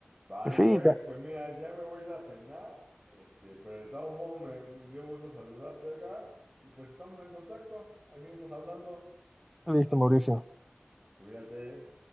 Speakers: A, on the right; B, in the centre.
A: Vale,
B: Pues Sí,
A: pues,
B: ya-
A: pues mira, ya me voy a ir a cenar, este, pero de todos modos me dio gusto saludarte, Edgar, y pues estamos en contacto, ahí seguimos hablando,
B: listo, Mauricio.
A: cuídate.